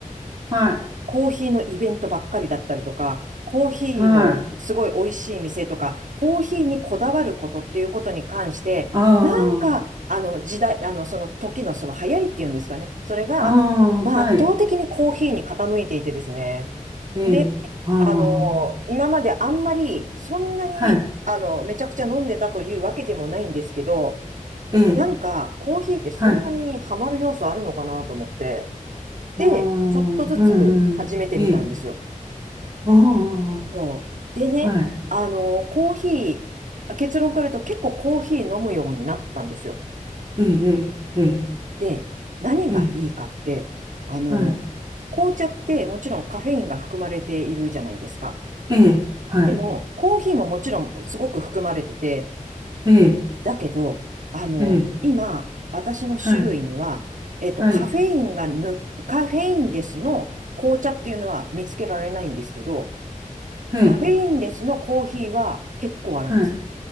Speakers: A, on the right (about 30°); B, on the right (about 65°).
A: はい、
B: コーヒーのイベントばっかりだったりとか、コーヒーのすごい美味しい店とか、
A: はい。
B: コーヒーにこだわることっていうことに関して、
A: ああ、
B: なんか、あの時代、あのその時のその流行りっていうんですかね。それが、
A: ああ、
B: まあ圧倒的にコーヒーに傾いていてですね。
A: はい、え
B: で、
A: え、ああ、
B: あの、今まであんまりそんなに、
A: はい。
B: あの、めちゃくちゃ飲んでたというわけでもないんですけど、
A: ええ、
B: なんかコーヒーってそんなにハマる要素あるのかなと思って、
A: はい。
B: で、
A: うーん、
B: ちょっとずつ始めてみたんですよ。
A: うん、うん。ええ、おー、
B: そう。でね、
A: はい。
B: あの、コーヒー、あ結論から言うと結構コーヒー飲むようになったんですよ。
A: ええ、ええ、
B: で、何がいいかって、
A: ええ、ええ
B: あの、
A: はい。
B: 紅茶ってもちろんカフェインが含まれているじゃないですか。
A: ええ、はい。
B: でも、コーヒーももちろんすごく含まれてて、
A: ええ、
B: だけど、あの、
A: ええ、
B: 今、私の周囲には、
A: はい。
B: えっと、
A: はい。
B: カフェインがぬ、カフェインレスの紅茶っていうのは見つけられないんですけど、
A: ええ、
B: カフェインレスのコーヒーは結構あるんですよ。
A: はい。